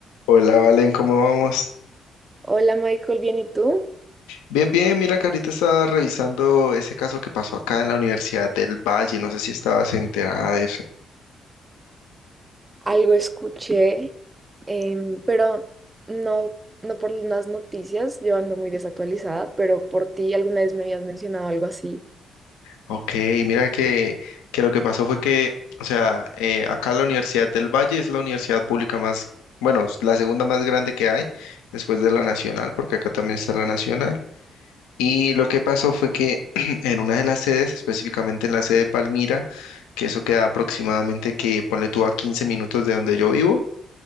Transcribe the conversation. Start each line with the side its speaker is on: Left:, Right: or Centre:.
Left: Hola, Valen, ¿cómo vamos?
Right: Hola Michael, bien, ¿y tú?
Left: Bien, bien, mira que ahorita estaba revisando ese caso que pasó acá en la Universidad del Valle, no sé si estabas enterada de eso.
Right: Algo escuché, em, pero no, no por las noticias, yo ando muy desactualizada, pero por ti alguna vez me habías mencionado algo así.
Left: Ok, mira que, que lo que pasó fue que, o sea, eh, acá la Universidad del Valle es la universidad pública más, bueno, es la segunda más grande que hay después de la Nacional, porque acá también está la Nacional. Y lo que pasó fue que <clears throat> en una de las sedes, específicamente en la sede de Palmira, que eso queda aproximadamente que ponle tú a 15 minutos de donde yo vivo,